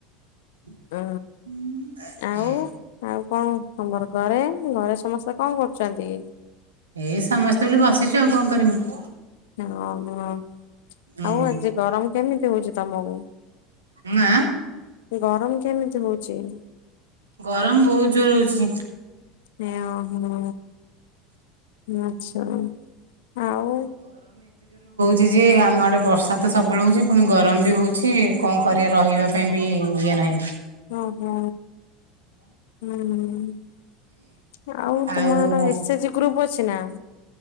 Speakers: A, on the right; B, on the left.
A: ହୁଁ।
B: ଅ ଆଉ ଆଉ କଣ ତମର୍ ଘରେ ଘରେ ସମସ୍ତେ କଣ କରୁଛନ୍ତି?
A: ଏଇ ସମସ୍ତେ ବୋଲି ବସିଛୁ ଆଉ କଣ କରିମୁଁ?
B: ହଁ ହ।
A: ହୁଁ
B: ଆଉ ଆଜି ଗରମ କେମିତି ହଉଛି ତମକୁ
A: ନା
B: ଗରମ କେମିତି ହଉଛି? ଚି
A: ଗରମ ବହୁତ ଜୋର ହଉଛି।
B: ଆ ହୋ ଆଛା ଆଉ
A: ଯେ ଯେ ଆମ ଆଡ଼େ ବର୍ଷା ତ ସବୁବେଳେ ହେଉଛି ପୁଣି ଗରମ ବି ହଉଛି। କଣ କରିବା ରହିବା ପାଇଁ ବି ଇଏ ନାଇଁ
B: ଓ ହୋ। ହୁଁ ଆଉ ତୁମର
A: ଆଉ
B: ଏସ ଏଚ୍ ଗ୍ରୁପ ଅଛି ନା?